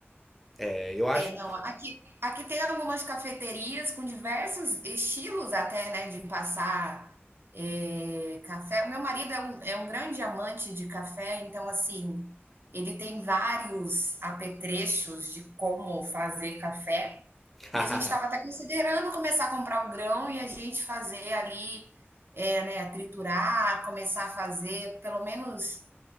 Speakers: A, in the centre; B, on the right.
A: é, eu acho
B: Não, aqui, aqui tem algumas cafeterias com diversos estilos até, né, de passar é, café. O meu marido é um, é um grande amante de café, então, assim, ele tem vários apetrechos de como fazer café.
A: <laughs>
B: E a gente estava até considerando começar a comprar o grão e a gente fazer ali, é, né, triturar, começar a fazer, pelo menos